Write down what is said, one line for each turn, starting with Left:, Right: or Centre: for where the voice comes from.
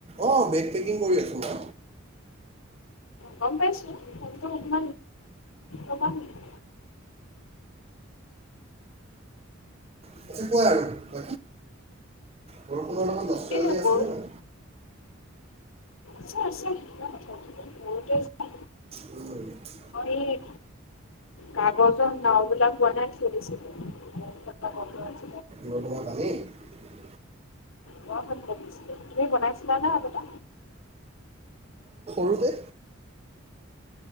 Right: অ বেগ পেকিং কৰি আছোঁ মই।
Left: গম পাইছো কিন্তু উম <unintelligible> ভাবিছো
Right: <unintelligible> বৰষুণৰ লগত নষ্টালজি
Left: কিপ <unintelligible>
Right: আছেনে নাই?
Left: আছে আছে কিয় নাথাকিব বহুতে আ
Right: বৰষুণৰ
Left: এই কাগজৰ নাও বিলাক বনাই চলিছিলে কাগজৰ আ
Right: ৰোৱা পালী <unintelligible>
Left: মই বহুত বনাছিলো তুমি বনাইছিলা নে আগতে
Right: কে